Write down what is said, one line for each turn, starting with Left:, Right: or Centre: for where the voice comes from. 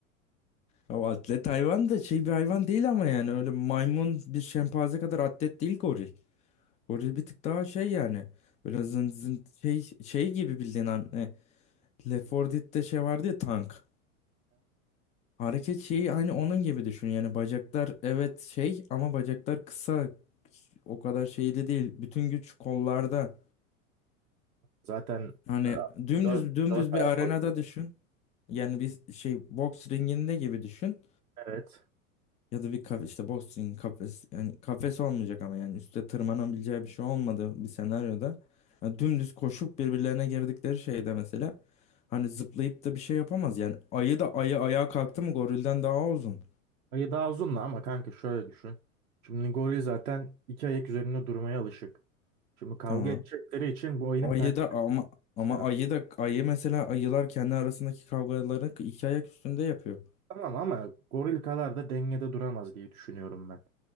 Left: Ya o atlet hayvan da şey bir hayvan değil ama yani öyle maymun bir şempanze kadar atlet değil goril. Goril bir tık daha şey yani. Böyle zın zın şey, şey gibi bildiğin an. E, Left 4 Dead'de şey vardı ya tank. Hareket şeyi aynı onun gibi düşün. Yani bacaklar evet şey ama bacaklar kısa. O kadar şeyde değil. Bütün güç kollarda.
Right: Zaten
Left: Hani dümdüz
Right: dört,
Left: dümdüz
Right: dört ayak
Left: bir arenada
Right: koşuyor.
Left: düşün. Yani bir şey boks ringinde gibi düşün.
Right: Evet.
Left: Ya da bir kafe işte boxing kafes yani kafes olmayacak ama yani üstte tırmanabileceği bir şey olmadığı bir senaryoda yani dümdüz koşup birbirlerine girdikleri şeyde mesela hani zıplayıp da bir şey yapamaz yani ayı da ayı ayağa kalktı mı gorilden daha uzun.
Right: Ayı daha uzun da ama kanka şöyle düşün. Şimdi goril zaten iki ayak üzerinde durmaya alışık. Şimdi kavga
Left: Tamam.
Right: edecekleri için bu ayının
Left: Ayı
Right: pençesi
Left: da ama ama
Right: lazım.
Left: ayı da ayı mesela ayılar kendi arasındaki kavgalarını iki ayak üstünde yapıyor.
Right: Tamam ama goril kadar da dengede duramaz diye düşünüyorum ben.